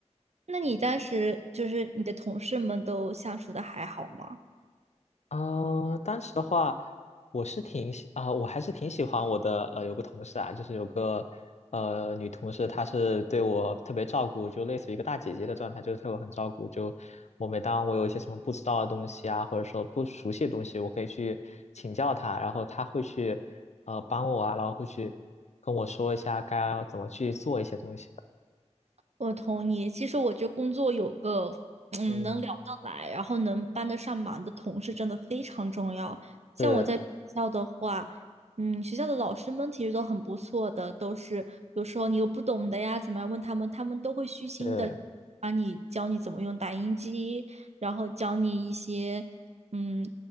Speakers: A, on the right (about 65°); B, on the left (about 70°).
A: 那你当时就是你的同事们都相处的还好吗？
B: 呃，当时的话，我是挺喜啊、我还是挺喜欢我的呃，有个同事啊，就是有个呃女同事，她是对我特别照顾，就类似于一个大姐姐的状态，就是对我很照顾。就我每当我有一些什么不知道的东西啊，或者说不熟悉的东西，我可以去请教她，然后她会去呃帮我啊，然后会去跟我说一下该要怎么去做一些东西。
A: 我同意。其实我觉得工作有个嗯能聊得来，
B: 嗯，
A: 然后能帮得上忙的同事真的非常重要。像我在学校的话，
B: 是
A: 嗯，学校的老师们其实都很不错的，都是有时候你有不懂的呀，怎么样问他们，他们都会虚心的把你教你怎么用打印机，
B: 是。对。
A: 然后教你一些嗯